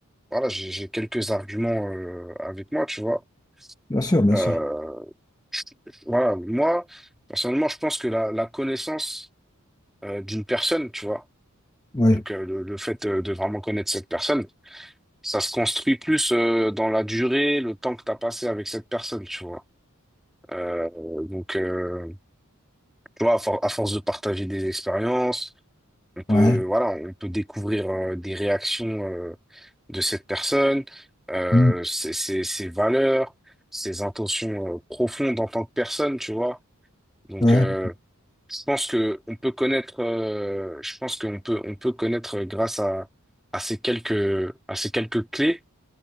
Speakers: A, in the centre; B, on the left.
A: voilà, j'ai j'ai quelques arguments euh, avec moi, tu vois.
B: Bien sûr, bien
A: Euh,
B: sûr.
A: voilà, moi, personnellement, je pense que la, la connaissance euh, d'une personne, tu vois,
B: Ouais.
A: donc euh, le, le fait euh, de vraiment connaître cette personne, ça se construit plus euh, dans la durée, le temps que tu as passé avec cette personne, tu vois. Euh, donc, euh, tu vois, à, for- à force de partager des expériences, On peut,
B: Ouais.
A: voilà, on peut découvrir euh, des réactions euh, de cette personne, euh,
B: Mm.
A: ses, ses- ses valeurs, ses intentions euh, profondes en tant que personne, tu vois. Donc,
B: Ouais.
A: euh, je pense que on peut connaître, euh, je pense qu'on peut, on peut connaître euh, grâce à, à ces quelques, à ces quelques clés,